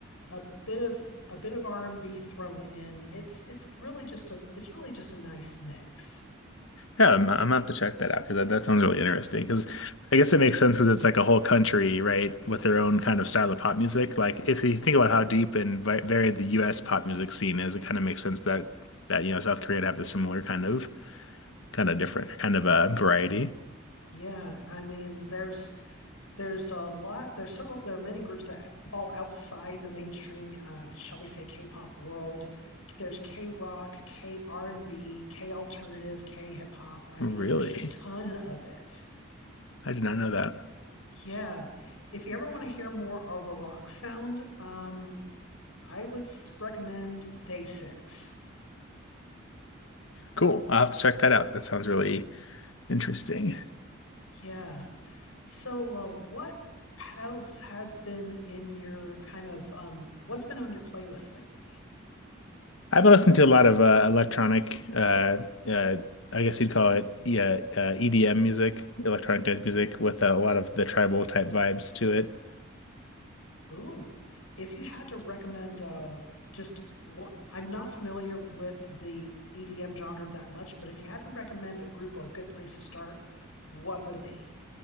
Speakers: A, on the left; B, on the left.
A: a bit of a bit of R&B thrown in. It's it's really just a it's really just a nice mix.
B: Yeah, I'm, I'm gonna have to check that out because that, that sounds really interesting. Because I guess it makes sense because it's like a whole country, right, with their own kind of style of pop music. Like if you think about how deep and vi varied the U.S. pop music scene is, it kind of makes sense that that you know South Korea would have the similar kind of kind of different kind of uh, variety.
A: Yeah, I mean, there's there's a lot there's several there are many groups that fall outside the mainstream uh, shall we say k-pop world there's k-rock k-r&b k-alternative k-hip-hop i
B: Really,
A: mean there's just ton of it
B: I did not know that.
A: yeah if you ever want to hear more of a rock sound um, i would s- recommend day six
B: Cool. I'll have to check that out. That sounds really, Interesting.
A: yeah so uh, what else has been in your kind of um, what's been on your playlist lately
B: I've been listening to a lot of uh, electronic, uh, uh, I guess you'd call it, yeah, uh, EDM music, electronic dance music, with uh, a lot of the tribal type vibes to it.
A: Ooh, if you had to recommend uh just what I'm not familiar with the EDM genre that much, but if you had to recommend a group or a good place to start, what would it be?